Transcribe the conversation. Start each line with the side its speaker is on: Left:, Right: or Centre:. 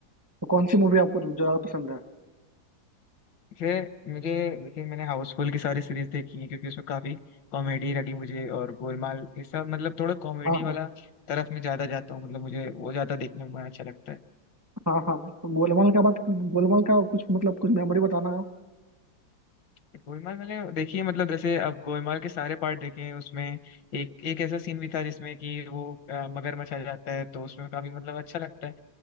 Right: तो कौन सी मूवी आपको ज्यादा पसंद है
Left: जैसे मुझे जैसे मैंने हाउसफुल की सारी सीरीज देखी है क्योंकि उसमें काफी कॉमेडी लगी मुझे और गोलमाल ये सब मतलब थोड़ा कॉमेडी
Right: हाँ
Left: वाला
Right: हाँ
Left: तरफ में ज्यादा जाता हूँ मतलब मुझे वो ज्यादा देखने में अच्छा लगता है
Right: हाँ हाँ तो गोलमाल का बात गोलमाल का कुछ मतलब कुछ मेमोरी बताना आप
Left: गोलमाल मैंने देखी है मतलब जैसे अब गोलमाल के सारे पार्ट देखे हैं उसमें एक एक ऐसा सीन भी था जिसमें कि वो अ, मगरमच्छ आ जाता है तो उसमें काफी मतलब अच्छा लगता है